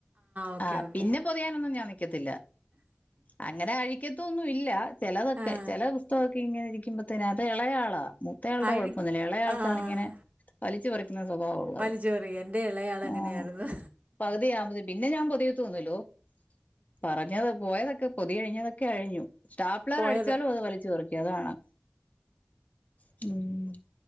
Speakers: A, on the right; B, on the left.
A: ഓക്കെ
B: ആഹ്
A: ഓക്കെ
B: പിന്നെ പൊതിയാനൊന്നും ഞാൻ നി ക്കത്തില്ല അങ്ങനെ അഴി ക്കതൊന്നും ഇല്ല. ചിലതൊക്കെ
A: ആഹ്
B: ചില പുസ്തക ഇങ്ങനെ ഇരിക്കുമ്പോ തന്നെ അത് ഇളയാളാ. മൂത്തയാളുടെ
A: അഴി
B: കുഴപ്പൊന്നില്ല ഇളയാൾക്കാണ്
A: ആഹ്
B: ഇങ്ങനെ വലിച്ച് പറി ക്കുന്ന സ്വഭാവ ഉള്ളത്
A: വലിച്ചെറിയും എൻ്റെ ഇളയാള് അങ്ങനെയായിരുന്നു
B: ആ പകുതി അവു പിന്നെ ഞാൻ പതിയ തോന്നല്ലോ. പറഞ്ഞത് പോയതൊക്കെ പൊതിയഴിഞ്ഞതൊക്കെ അഴിഞ്ഞു സ്റ്റാപ്ലർ
A: പോയത്
B: അടിച്ചാലും അത് വലിച്ച് പറി <unintelligible> മ്